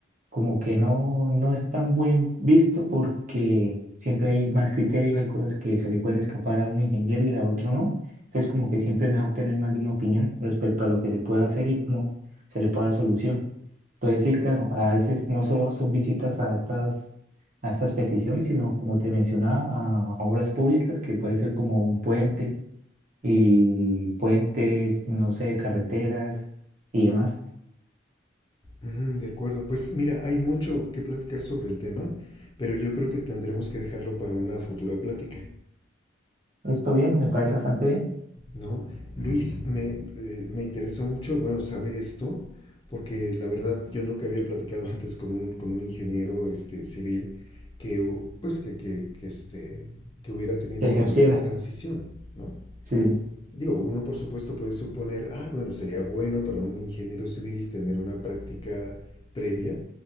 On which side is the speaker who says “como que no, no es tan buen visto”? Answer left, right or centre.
Right